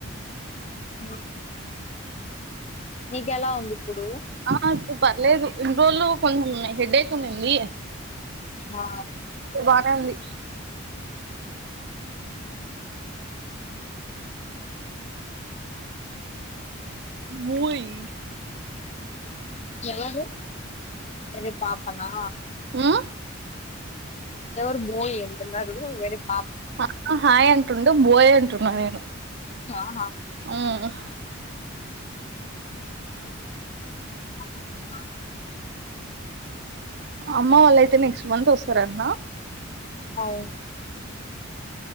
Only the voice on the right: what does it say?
ఆ స పర్లేదు ఇన్ని రోజులు కొం హెడేక్ ఉండింది
బాగా అంది ముయ్
ఆ
అ ఆ హాయ్ అంటుండు బోయ్ అంటున్నా నేను
ఉమ్
అమ్మ వాళ్ళైతే నెక్స్ట్ మంత్ ఓస్ సరేన్నా